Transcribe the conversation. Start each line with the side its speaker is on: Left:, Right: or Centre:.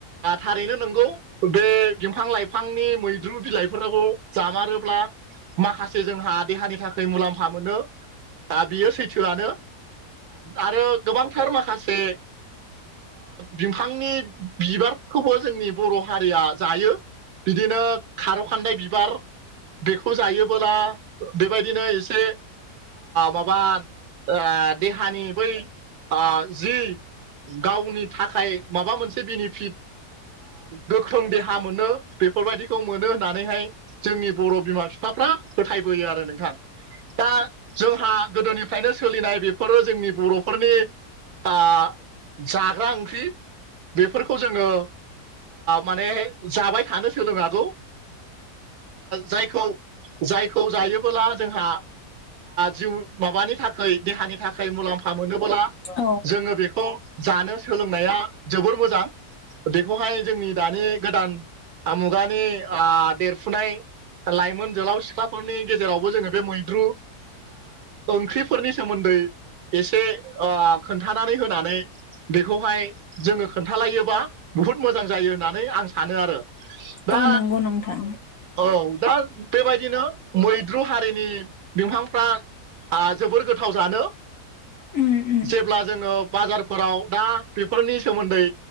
Right: थारैनो नंगौ बे बिफां लाइफांनि मैद्रु बिलाइफोरखौ जामारोब्ला माखासे जोंहा देहानि थाखाय मुलाम्फा मोनो दा बियो सैथो थोआनो आरो गोबांथार माखासे बिफांनि बिबारखौबो जोंनि बर' हारिया जायो बिदिनो खार' खान्दाय बिबार बेखौ जायोबोला बेबायदिनो एसे माबा ओ देहानि बै आ जि गावनि थाखाय माबा मोनसे बेनिफिट गोख्रों देहा मोनो बेफोरबायदिखौ मोनो होननानैहाय जोंनि बर' बिमा बिफाफ्रा फोथायबोयो आरो नोंथां दा जोंहा गोदोनि बेखायनो सोलिनाय बेफोरो जोंनि बर'फोरनि बा जाग्रा ओंख्रि बेफोरखौ जोङो माने जाबाय थानो सोलों नांगौ जायखौ जायखौ जायोबोला जोंहा जिउ माबानि थाखाय देहानि थाखाय मुलाम्फा मोनोब्ला
Left: औ
Right: जोङो बेखौ जानो सोलोंनाया जोबोर मोजां बेखौहाय जोंनि दानि गोदान मुगानि देरफुनाय लाइमोन जोहोलाव सिख्ला फोरनि गेजेरावबो जोङो बे मैद्रु ओंख्रिफोरनि सोमोन्दै एसे खोन्थानानै होनानै बेखौहाय जोङो खोन्थालायोबा बुहुद मोजां जायो होननानै आं सानो आरो दा
Left: औ नंगौ नोंथां
Right: औ दा बेबायदिनो मैद्रु हारिनि बिफांफ्रा जोबोर गोथाव जानो
Left: उम उम
Right: जेब्ला जोङो बाजारफोराव दा बेफोरनि सोमोन्दै